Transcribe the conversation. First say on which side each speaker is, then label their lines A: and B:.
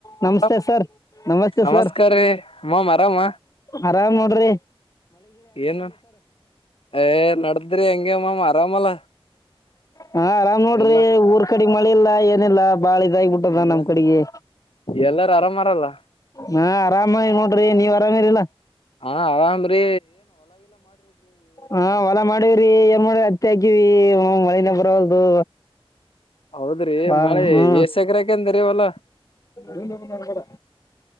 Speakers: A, on the left (about 35°); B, on the left (about 65°).
A: ನಮಸ್ತೆ
B: ಆರಾಮ್
A: ಸರ್ ನಮಸ್ತೆ
B: ನಮಸ್ಕಾರ
A: ಸ
B: ರೀ ಮಾಮ್ ಆರಾಮ
A: ಆರಾಮ್ ನೋಡ್ರಿ ರಿ
B: ಏನ್ ಏ ನಡದ್ರಿ ಹೆಂಗಗೆ ಮಾಮ ಆರಾಮಲ್ಲ
A: ಹಾ ಆರಾಮ್ ನೋಡ್ರಿ
B: ಎಲ್ಲಾ
A: ಊರ್ ಕಡೆ ಮಳೆ ಇಲ್ಲ ಏನಿಲ್ಲ ಬಾಳ ಇದಾಗಿಬಿಟ್ಟದ
B: ಹೌದಾ
A: ನಮ್ ಕಡೆಗೆ
B: ಎಲ್ಲಾರ ಆರಾಮಾರಲ್ಲ
A: ನಾ ಆರಾಮಾಗಿ ನೋಡ್ರಿ ನೀವ್ ಅರಾಮಿರ್ಲ್ಲ
B: ಹ ಆರಾಮ್ರಿ
A: ಹಾ ಹೊಲ ಮಾಡವ್ರಿ ಏನ್ ಮಾಡಿ ಅತ್ತಿ ಹಾಕಿವಿ ಮಳಿನಾಗ ಬರಲ್ ದು
B: ಹೌದ್ರಿ
A: ಹ
B: ಮಳೆ
A: ಹ್ಮ
B: ಎಸ್ ಎಕರೆ ಹಾಕಂದ್ರಿ ಹೊಲ
A: ನಿಂದ ನ ಕಡ